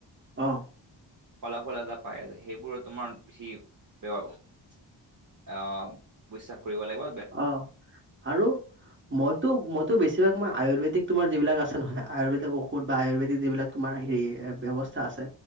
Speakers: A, on the right; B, on the right.
A: অ',
B: ফলাফল এটা পাই আছে সেইবোৰ তোমাৰ বেছি <unintelligible> অ', বিশ্বাস কৰিব লাগিব।
A: অ', আৰু? মইতো মইতো বেছিভাগ মই আয়ুৰেদিক তোমাৰ যিবিলাক আছে নহয়, আয়ুৰ্বেদিক ঔষধ বা আয়ুৰ্বদিক যিবিলাক তোমাৰ হেৰি এ ব্যৱস্থা আছে।